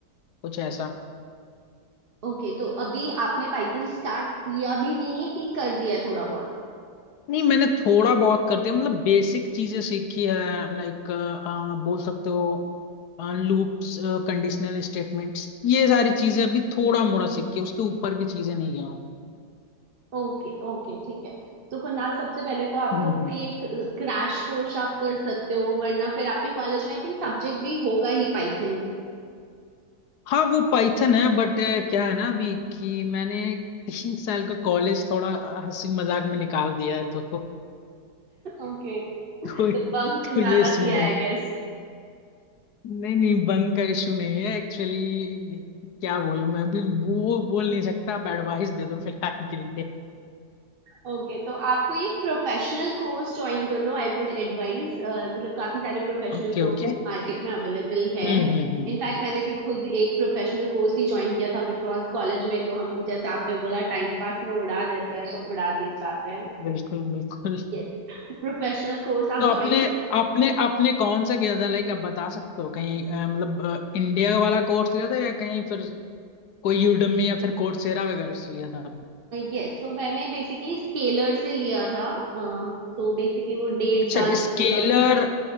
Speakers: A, on the left; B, on the right.
A: कुछ ऐसा
B: ओके तो अभी आपने पाइथन स्टार्ट किया भी नहीं है कि कर दिया थोड़ा बहुत
A: नहीं मैंने थोड़ा बहुत कर दिया मतलब बेसिक चीजें सीखी है लाइक बोल सकते हो लूप्स कंडीशनल स्टेटमेंट्स ये सारी चीजें अभी थोड़ा मोड़ा सीखी है उसके ऊपर की चीजें नहीं गया
B: ओके ओके ठीक है तो कुणाल सबसे पहले तो आपको
A: हूँ
B: कोई एक क्रैश कोर्स आप कर सकते हो वरना फिर आपके कॉलेज में आई थिंक सब्जेक्ट भी होगा ही पाइथन
A: हाँ वो पाइथन है बट क्या है ना अभी कि मैंने तीन साल का कॉलेज थोड़ा अ, हंसी मजाक में निकाल दिया है तो <laughs>
B: ओके तो
A: तो, तो
B: बंक ज्यादा
A: ये
B: किया
A: सीन है
B: है गेस
A: नहीं नहीं बंक का इशू नहीं है एक्चुअली क्या बोलूं मैं अभी वो बोल नहीं सकता आप एडवाइस दे दो फिलहाल के लिए
B: ओके तो आपको ये प्रोफेशनल कोर्स ज्वाइन कर लो आई वुड एडवाइज मतलब काफी सारे प्रोफेशनल
A: Okay
B: कोर्स
A: okay
B: मार्केट में अवेलेबल है
A: हम्म हम्म हम्म
B: इनफैक्ट मैंने भी खुद एक प्रोफेशनल कोर्स ही ज्वाइन किया था बिकॉज कॉलेज में तो हम जैसे आपने बोला टाइम पास में उड़ा देते हैं तो उड़ा दिए जाते हैं
A: बिल्कुल बिल्कुल
B: यस, प्रोफेशनल कोर्स आप
A: तो आपने
B: ज्वाइन
A: आपने आपने कौन सा किया था लाइक आप बता सकते हो कहीं अ, मतलब अ, इंडिया वाला कोर्स लिया था या कहीं फिर कोई यूडमी या फिर कोर्सेरा वगैरह से लिया था
B: यस तो मैंने बेसिकली स्केलर से लिया था सो बेसिकली वो डेढ़
A: अच्छा
B: साल चलने
A: स्केलर
B: का कोर्स